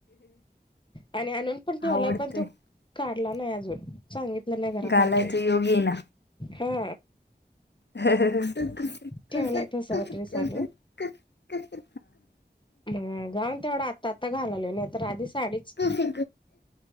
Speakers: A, on the left (about 25°); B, on the left (about 80°).
A: आणि आणून पण ठेवला
B: आवडतं
A: पण तो
B: आहे
A: काढला नाही अजून सांगित घरात
B: घालायचं
A: आणलेे
B: योग येईना
A: हा
B: ह क कसे क
A: ठेवलाय तसा ड्रेस
B: कसे
A: आणून
B: क कसे
A: अ गाऊन तेवढा आत्ता आत्ता घालाले नाही तर आधी साडीच
B: डी